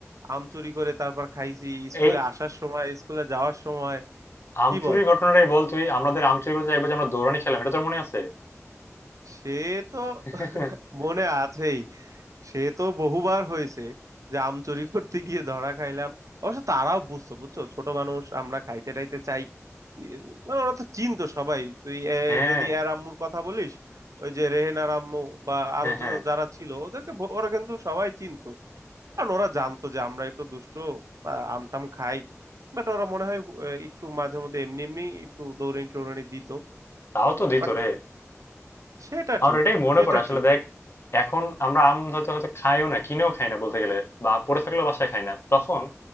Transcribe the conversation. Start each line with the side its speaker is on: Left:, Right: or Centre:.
Right: আম চুরি করে তারপর খাইছি স্কুলে
Left: এই
Right: আসার সময় স্কুলে যাওয়ার সময়
Left: আম
Right: কি
Left: চুরির
Right: বল
Left: ঘটনাটাই বল তুই আমাদের আম চুরি করতে একবার যে আমরা দৌড়ানি খেলাম এটা তোর মনে আছে
Right: সে তো
Left: <laughs>
Right: মনে আছেই সে তো বহুবার হয়েছে যে আম চুরি করতে গিয়ে ধরা খাইলাম অবশ্য তারাও বুঝতো বুঝছো ছোট মানুষ আমরা খাইতে টাইতে চাই ই- মানে ওরা তো চিনতো সবাই তুই এ,
Left: হ্যাঁ
Right: যদি এর আম্মুর কথা বলিস ওই যে রেহেনার আম্মু বা আরো
Left: হ্যাঁ
Right: য-
Left: হ্যাঁ
Right: যারা ছিল ওদেরকে ব- ওরা কিন্তু সবাই চিনতো কারণ ওরা জানতো যে আমরা একটু দুষ্ট আমটাম খাই বাট ওরা মনে হয় এ, একটু মাঝে মধ্যে এমনি এমনি একটু দৌড়ানি টৌড়ানি দিত
Left: তাও তো দিত
Right: বাট
Left: রে
Right: সেটা
Left: আমার
Right: ঠিক
Left: এটাই মনে
Right: সেটা
Left: পড়ে আসলে
Right: ঠিক
Left: দেখ এখন আমরা আম হয়তো হয়তো খাইও না কিনেও খাই না বলতে গেলে বা পড়ে থাকলেও বাসায় খাই না তখন